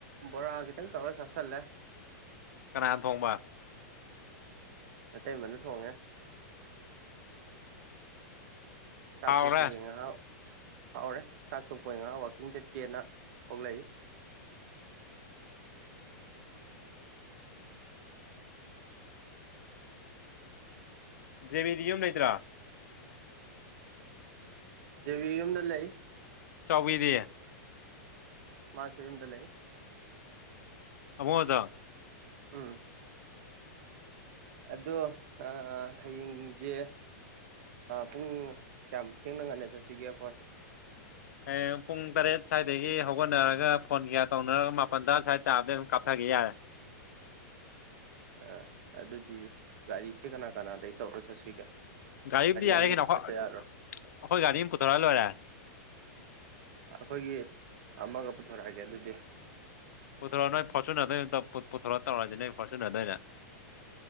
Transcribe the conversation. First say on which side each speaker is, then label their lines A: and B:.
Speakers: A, on the right; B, on the left.
A: ꯕꯣꯔꯥ ꯈꯤꯇꯪ ꯇꯧꯔ ꯆꯥꯁꯤꯜꯂꯦ
B: ꯀꯥꯅ ꯊꯣꯡꯕ
A: ꯑꯇꯩ ꯃꯅ ꯊꯣꯡꯉꯦ ꯆꯥꯛ
B: ꯍꯥꯎꯔꯦ
A: ꯇꯣꯛꯄꯒꯤ ꯉꯥꯏꯍꯥꯛ ꯐꯥꯎꯔꯦ ꯆꯥꯛ ꯇꯣꯛꯄꯒꯤ ꯉꯍꯥꯛ ꯋꯥꯛꯀꯤꯡ ꯆꯠꯀꯦꯅ ꯊꯣꯛꯂꯛꯏ
B: ꯖꯦꯕꯤꯗꯤ ꯌꯨꯝ ꯂꯩꯇ꯭ꯔꯥ
A: ꯕꯤꯌꯨꯝꯗ ꯂꯩ
B: <unintelligible>
A: ꯃꯥꯁꯨ ꯌꯨꯝꯗ ꯂꯩ
B: ꯑꯃꯣꯗ
A: ꯎꯝ ꯑꯗꯣ ꯑ ꯍꯌꯦꯡꯁꯦ ꯄꯨꯡ ꯀꯌꯥꯝ ꯊꯦꯡꯅ ꯉꯟꯅ ꯆꯠꯁꯤꯒꯦ ꯑꯩꯈꯣꯏ
B: ꯍꯌꯦꯡ ꯄꯨꯡ ꯇꯔꯦꯠ ꯁ꯭ꯋꯥꯏꯗꯒꯤ ꯍꯧꯒꯠꯅꯔꯒ ꯐꯣꯟ ꯀꯌꯥ ꯇꯧꯅꯔꯒ ꯃꯥꯄꯜ ꯇꯔꯥ ꯁ꯭ꯋꯥꯏꯗ ꯇꯥꯕꯗꯩ ꯑꯗꯨꯝ ꯀꯥꯞꯊꯒꯦ ꯌꯥꯔꯦ
A: ꯑ ꯑꯗꯨꯗꯤ ꯒꯥꯔꯤꯁꯦ ꯀꯅꯥ ꯀꯅꯥꯗꯩ ꯇꯧꯔ ꯆꯠꯁꯤꯒꯦ
B: ꯒꯥꯔꯤ ꯑꯝꯗꯤ ꯌꯥꯔꯦ
A: ꯑꯅꯤ
B: ꯀꯔꯤꯅꯣ
A: ꯆꯠꯇ
B: ꯑꯩꯈꯣꯏ
A: ꯌꯥꯔꯣꯏ
B: ꯒꯥꯔꯤ ꯑꯃ ꯄꯨꯊꯣꯔꯛ ꯂꯣꯏꯔꯦ
A: ꯑꯩꯈꯣꯏꯒꯤ ꯑꯃꯒ ꯄꯨꯊꯣꯔꯛꯑꯒꯦ ꯑꯗꯨꯗꯤ
B: ꯄꯨꯊꯣꯔꯛꯑꯣ ꯅꯣꯏ ꯐꯣꯔꯆꯨꯅꯔꯗꯨ ꯑꯣꯏꯅ ꯄꯨꯊꯣꯔꯛꯑꯣ ꯇꯧꯔ꯭ꯁꯤꯅꯦ ꯐꯣꯔꯆꯨꯅꯔꯗ ꯑꯣꯏꯅ